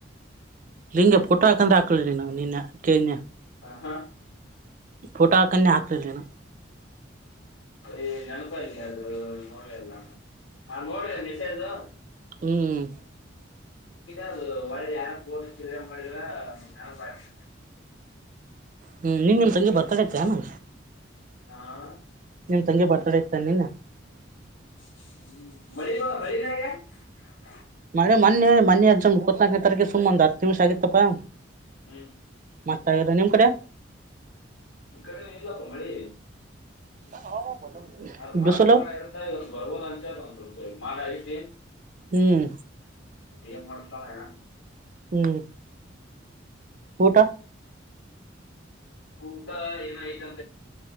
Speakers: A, on the right (about 40°); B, on the left (about 80°).
A: ಲಿಂಗಗೆ ಪುಟ ಹಾಕಂದ್ರೆ ಹಾಕಳಿ ನ ನಿನ್ನೆ ಕೇನ್ಯ
B: ಹ ಹಾ
A: ಫೋಟೋ ಹಕನ್ನೇ ಹಾಕಲರ್ಲಿನ
B: ಅದೇ ನೆನಪ ಆಯ್ತು ಅದು ನೋಡ್ವೆಲ್ಲ ನೋಡ್ದೆ ನಿಷ ಇದು
A: ಹ್ಮ್
B: ಅದು ಒಳ್ಳೆ ಯಾರ ಹೋ ಮಾಡಿರ ನೆನಪಾಯ್ತು
A: ಹ್ಮ್ ನೀನ್ ನಿಮ ತಂಗಿ ಬರ್ತಾಡತೆ ಇತ್ತ ಏನ
B: ಹಾ
A: ತಂಗೆ ಬರ್ತಾಡೆ ಇರ್ತಾನೆ ನಿನ್ನೆ
B: <unintelligible>
A: ಅೇ ಮೊನ್ನೆ ಮನ್ನೆ ಎಕ್ಸಾಮ್ ಇಪ್ಪತ್ನಾಲ್ಕನೇ ತಾರೀಕು ಸುಮ್ಮ್ ಒಂದು್ ಹತ್ತು ನಿಮಿಷ ಆಗಿತ್ತಪ್ಪಾ
B: ಹ್ಮ್
A: ಮತ್ತ ಇದ ನಿಮ್ ಕಡೆ
B: ಈ ಕಡೆ ಇಲ್ಲಪ್ಪ ಮಳಿ
A: <inaudible>
B: ಅ್ರ ಮಾನ
A: ಬಿಸಿಲು
B: ಪಾಣ ಇರ್ತ ಇವ್ ಬರ್ಬೋದು ಅಂಚ ಒಂದ್ಡ್ ಮಾನ ಐತಿ
A: ಹ್ಮ್
B: ಏನ್ ಮಾಡ್ತಾವ ಏನ
A: ಹ್ಮ್ ಊಟ
B: ಊಟ ಏನಾಯ್ತ